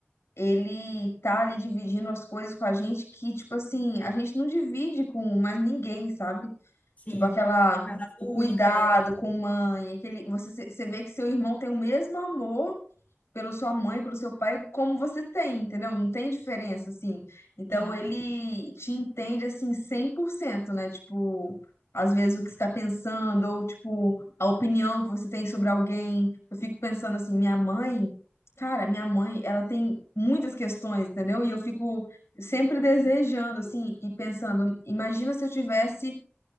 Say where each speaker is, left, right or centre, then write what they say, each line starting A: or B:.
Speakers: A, on the left; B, on the left.
A: ele tá ali dividindo as coisas com a gente que, tipo assim, a gente não divide com mais ninguém, sabe?
B: Sim.
A: Tipo aquela,
B: Uma raça
A: o
B: única,
A: cuidado
B: né?
A: com mãe, aquele, você, você vê que seu irmão tem o mesmo amor pela sua mãe, pelo seu pai, como você tem, entendeu? Não tem diferença, assim. Então
B: Sim.
A: ele te entende, assim, cem por cento né? Tipo, às vezes o que você tá pensando, ou, tipo, a opinião que você tem sobre alguém. Eu fico pensando assim, minha mãe, cara, minha mãe, ela tem muitas questões, entendeu? E eu fico sempre desejando, assim, e pensando, imagina se eu tivesse